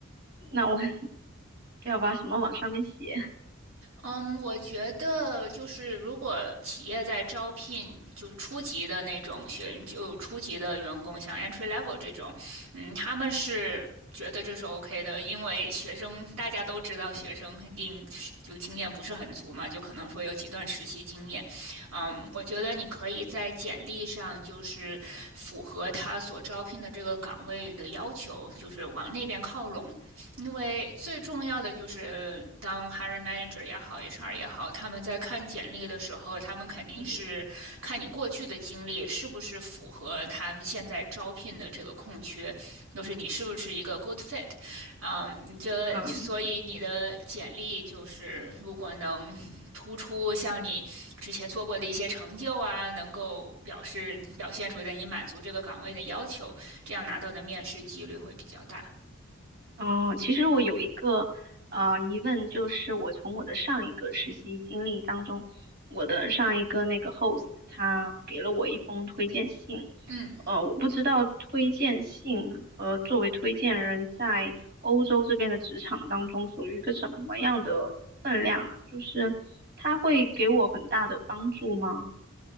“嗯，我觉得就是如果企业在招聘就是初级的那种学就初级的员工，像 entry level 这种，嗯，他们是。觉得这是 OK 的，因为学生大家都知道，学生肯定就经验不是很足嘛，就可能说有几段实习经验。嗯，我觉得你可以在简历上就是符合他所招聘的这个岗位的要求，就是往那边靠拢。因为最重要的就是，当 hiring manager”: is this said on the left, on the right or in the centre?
Right